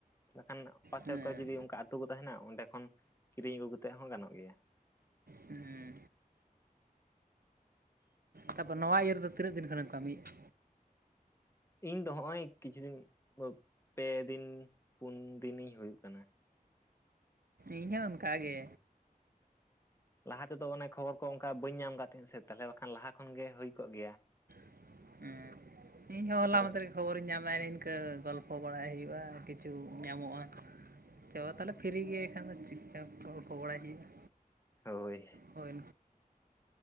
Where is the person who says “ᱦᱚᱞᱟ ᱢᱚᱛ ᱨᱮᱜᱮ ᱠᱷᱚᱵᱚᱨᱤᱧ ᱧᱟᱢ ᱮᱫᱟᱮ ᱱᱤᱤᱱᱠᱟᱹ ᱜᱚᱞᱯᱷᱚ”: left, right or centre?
Right